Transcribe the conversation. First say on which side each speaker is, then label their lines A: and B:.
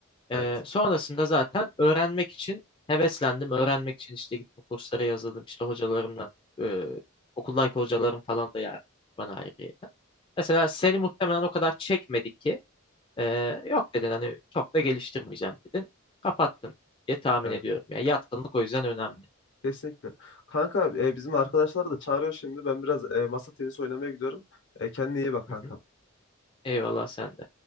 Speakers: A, on the left; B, on the left.
A: Ee,
B: Evet.
A: sonrasında zaten öğrenmek için heveslendim. Öğrenmek için işte gittim kurslara yazıldım. İşte hocalarımdan, e, okuldaki hocalarım falan da yani bana ayrıyeten. Mesela seni muhtemelen o kadar çekmedi ki e, yok dedin hani çok da geliştirmeyeceğim dedin. Kapattın diye tahmin
B: Evet.
A: ediyorum. Yani yatkınlık o yüzden önemli.
B: Kesinlikle. Kanka e, bizim arkadaşları da çağırıyor şimdi. Ben biraz e, masa tenisi oynamaya gidiyorum. E, kendine iyi bak kanka.
A: Hı hı. Eyvallah sen de.